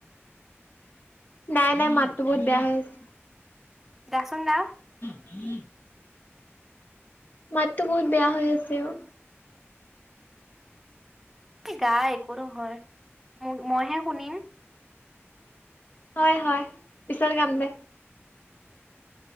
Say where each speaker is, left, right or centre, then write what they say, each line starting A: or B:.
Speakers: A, on the left; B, in the centre.
A: নাই নাই মাতটো বহুত বেয়া হৈ আছে।
B: গাচোন গা।
A: <inaudible> মাততো বহুত বেয়া হৈ আছে অ,
B: এই গা একো নহয় মইহে শুনিম।
A: হয়, হয়, পিছত গাম দে।